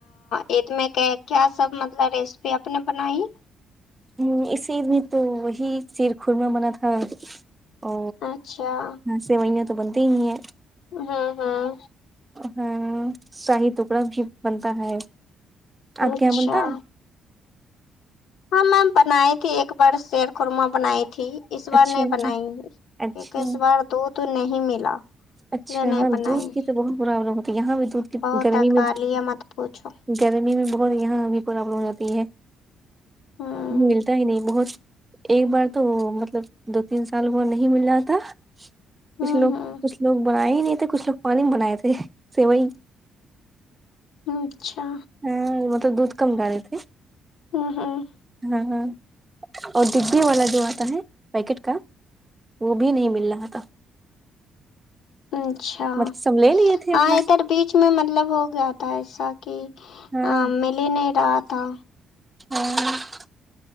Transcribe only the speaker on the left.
عید میں کیا سب مطلب اس پے آپ نے بنائی
اچھا
ہاں ہاں
اچھا
ہاں میم بنائی تھی ایک بار شیر خورما بنائی تھی اس بار
نہیں بنائیں گی
کیونکہ اس بار دودھ نہیں ملا
اسلئے نہیں بنائی
بہت
اوکالی
ہے مت پوچھو
ہوں
ہوں
ہوں
اچھا
ہاں ہاں
اچھا
ہاں
ادھر بیچ میں مطلب ہو گیا تھا ایسا کہ
مل ہی نہیں رہا تھا